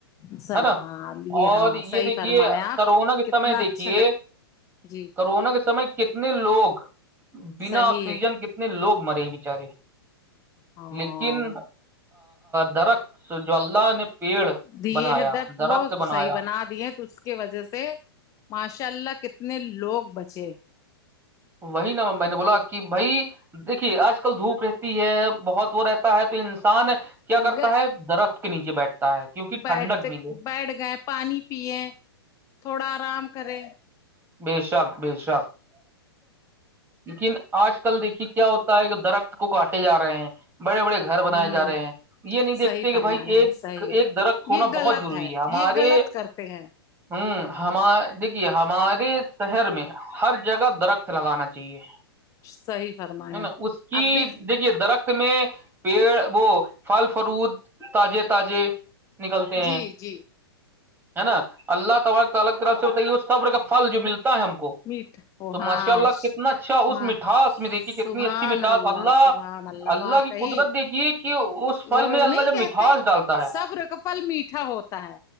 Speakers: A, on the left (about 25°); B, on the right (about 15°).
A: س-
B: ہے نا
A: ہاں یہ
B: اور
A: ہاں صحیح
B: یہ دیکھیے
A: فرمایا آپ
B: کرونا کے
A: کتنا
B: سمے دیکھیے
A: اچھا لگتا جی
B: کرونا کے سمے کتنے لوگ بنا
A: صحیح
B: آکسیجن
A: ہے
B: کتنے لوگ مرے بچارے
A: ہاں
B: لیکن درخت جولہ نے پیڑ
A: دیے
B: بنایا
A: ہیں درد
B: درخت
A: وہ
B: بنایا
A: صحیح بنا دیے تو کی وجہ سے ماشاء اللہ کتنے لوگ بچے
B: وہی نا میں نے بولا کہ بھائی دیکھیے آج کل دھوپ رہتی ہے بہت وہ رہتا ہے تو انسان کیا کرتا
A: گ-
B: ہے درخت کے نیچے بیٹھتا ہے کیونک
A: بیٹھتے
B: ٹھنڈک ملے
A: بیٹھ گئے پانی پیے تھوڑا آرام کرے
B: ب شاک ب شاک لیکن آج کل دیکھیے کیا ہوتا ہے کہ درخت کو کاٹے جاے ہیں بڑے بڑے گ گھر بنائے
A: ہوں
B: جا رہے ہیں یہ نہیں دیکھتے
A: صحیح
B: کہ
A: فرمایا
B: بھائی ایک
A: ہے صحیح
B: ایک
A: ہے
B: درخت ہونا
A: یہ غلط
B: بہت ضروری ہے ہمارے
A: یہ غلط کرتے ہیں
B: ہوں ہم دیکھیے ہمارے شہر میں ہر جگہ درخت لگانا چاہے
A: صحیح فرمایا
B: ہے نا اس کی
A: اب
B: دیکھیے درخت میں پیڑ وہ پھل فروود تازے تازے نکلتے ہیں
A: جی جی
B: ہے نا اللہ تبار الگ طرف سے بتائیے وہ سبر کا پل جو ملتا ہے ہم کو
A: میٹ ا
B: تو ماشاء
A: ہاں
B: اللہ کتنا اچھا اس
A: ماں
B: مٹھاس
A: سبحان
B: میں دیکھیے کتنی اچھی مٹھاس اللہ
A: سبحان
B: اللہ
A: واقعی
B: کی قدرت دیکھیے کہ اس فھل
A: وہ
B: میں اللہ
A: نہیں
B: جب
A: کہتے
B: مٹھاس ڈالتا ہے
A: صبر کا پھل میٹھا ہوتا ہے